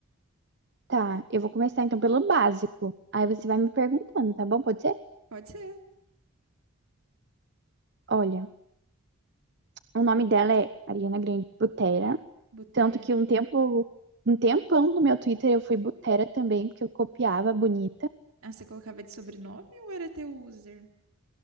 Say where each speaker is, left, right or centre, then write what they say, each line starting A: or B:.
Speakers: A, on the right; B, on the right.
A: Tá, eu vou começar então pelo básico. Aí
B: Hum,
A: você vai me perguntando, tá bom? Pode ser?
B: pode ser.
A: Olha, o nome dela é Ariana Grande Butera.
B: Butera.
A: Tanto que um tempo, um tempão no meu Twitter eu fui Butera também, porque eu copiava bonita.
B: Ah, você colocava de sobrenome ou era teu user?